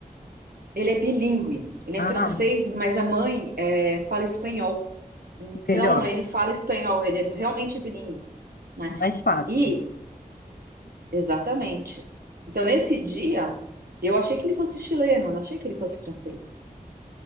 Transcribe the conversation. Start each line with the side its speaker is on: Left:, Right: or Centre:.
Right: ele é bilíngue, ele
Left: Ah,
Right: é francês, mas a mãe é, fala espanhol. Então
Left: melhor,
Right: ele fala espanhol, ele é realmente bilíngue, né?
Left: mais fácil.
Right: E, exatamente. Então nesse dia, eu achei que ele fosse chileno, eu não achei que ele fosse francês,